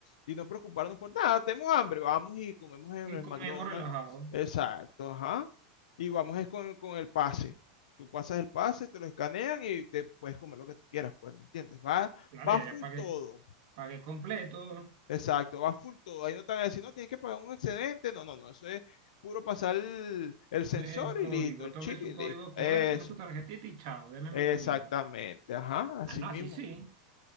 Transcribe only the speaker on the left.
y no preocuparnos por nada. Tenemos hambre, vamos y comemos en
el
McDonald's.
Exacto, ajá. Y vamos es con, con el pase. Tú pasas el pase, te lo escanean y te puedes comer lo que tú quieras, pues, ¿me entiendes? Va,
va
full
todo,
Exacto, va full todo. Ahí no te van a decir, no, tienes que pagar un excedente. No, no, no. Eso es puro pasar el, el sensor
y listo, el
chip
y
listo.
Eso,
exactamente.
Ajá, así
mismo.